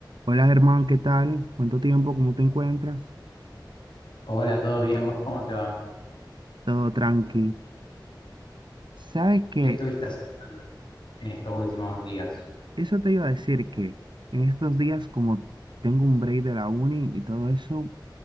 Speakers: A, on the right; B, on the left.
A: Hola Germán, ¿qué tal? ¿Cuánto tiempo? ¿Cómo te encuentras?
B: Hola, ¿todo bien? ¿Vos cómo te va?
A: Todo tranqui. ¿Sabes qué?
B: ¿Qué estuviste haciendo en en estos últimos días?
A: Eso te iba a decir que en estos días, como tengo un break de la uni y todo eso,